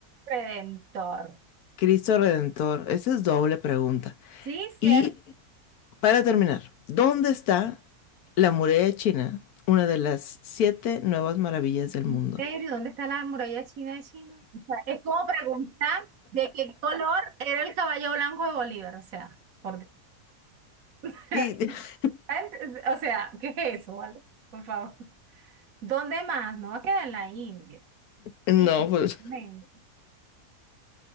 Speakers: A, on the right; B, on the left.
A: Redentor.
B: Cristo Redentor. Esa es doble pregunta.
A: Sí,
B: Y
A: cierto.
B: para terminar, ¿dónde está la muralla china? Una de las siete nuevas maravillas del
A: ¿En
B: mundo.
A: serio? ¿Dónde está la muralla china de China? O sea, es como preguntar de qué color era el caballo blanco de Bolívar. O sea, por Dios. <laughs>
B: Y- <laughs>
A: Ent- O sea, ¿qué es eso, vale? Por favor. ¿Dónde más? No va a quedar en la India.
B: No,
A: Sí.
B: pues,
A: Men.